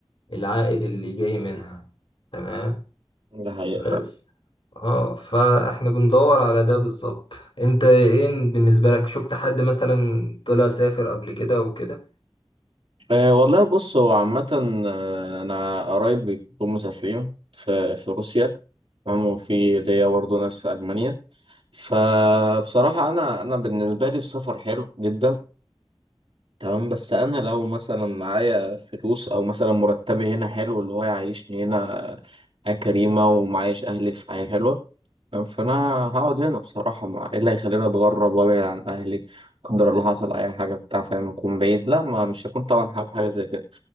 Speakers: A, on the left (about 65°); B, on the right (about 75°).
A: العائد اللي جاي منها تمام
B: ده حقيقة
A: بس
B: فعلا
A: اه فاحنا بندور على ده بالظبط انت ايه بالنسبة لك شفت حد مثلا طلع سافر قبل كده وكده
B: أه والله بص هو عامة آه، انا قرايب بيكونوا مسافرين في في روسيا تمام وفي ليا برضه ناس في ألمانيا فبصراحة أنا أنا بالنسبة لي السفر حلو جدا تمام بس انا لو مثلا معايا فلوس او مثلا مرتبي هنا حلو اللي هو يعيشني هنا حياة كريمة ومعايش اهلي في حياة حلوة فانا هقعد هنا بصراحة ما ايه اللي هيخليني اتغرب وابعد عن اهلي لا قدر الله حصل اي حاجة بتاع فاهم اكون بعيد لا ما مش هكون طبعا حابب حاجة زي كده